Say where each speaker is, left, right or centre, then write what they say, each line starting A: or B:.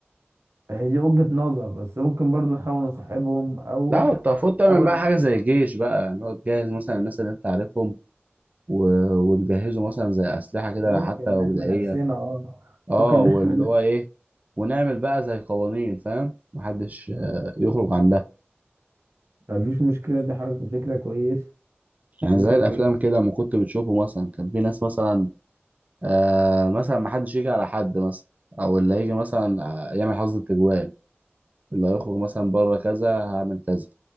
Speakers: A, on the right; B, on the right.
A: هي دي وجهه نظر بس ممكن برضو نحاول نصاحبهم او
B: لا انت المفروض تعمل
A: نحاول
B: بقى حاجة زي جيش بقى يعني هو تجهز مثلا الناس اللي انت عارفهم و... وتجهزوا مثلا زي أسلحة كده
A: ممكن
B: حتى لو
A: نحمي
B: بدائية
A: نفسنا اه
B: اه
A: ممكن
B: واللي
A: نحمي
B: هو ايه ونعمل بقى زي قوانين فاهم محدش آه، يخرج عن ده
A: مفيش مشكلة دي حاجة فكرة كويس
B: يعني
A: دي
B: زي
A: فكرة
B: الافلام
A: كويس
B: كده ما كنت بتشوفه مثلا كان في ناس مثلا آه مثلا ما حدش يجي على حد مثلا او اللي يجي مثلا آه، يعمل حظ التجوال اللي هيخرج مثلا بره كذا هعمل كذا